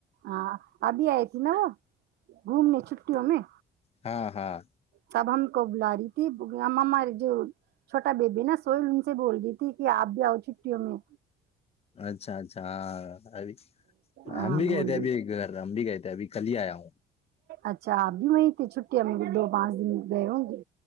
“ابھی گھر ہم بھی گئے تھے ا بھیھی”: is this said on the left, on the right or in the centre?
Left